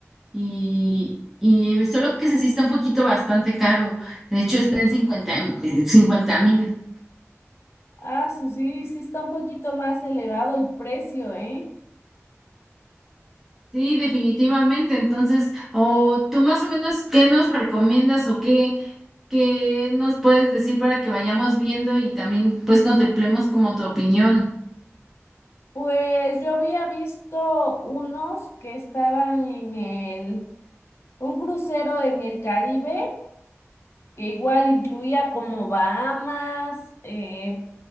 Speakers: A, in the centre; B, on the left (about 55°).
A: Y, y solo que se sí está un poquito bastante caro. De hecho, está en cincuenta mil.
B: Ah, su- sí, sí está un poquito más elevado el precio, ¿eh?
A: Sí, definitivamente. Entonces, o tú más o menos, ¿qué nos recomiendas o qué, qué nos puedes decir para que vayamos viendo y también pues contemplemos como tu opinión?
B: Pues yo había visto unos que estaban en el, un crucero en el Caribe, que igual incluía como Bahamas, eh,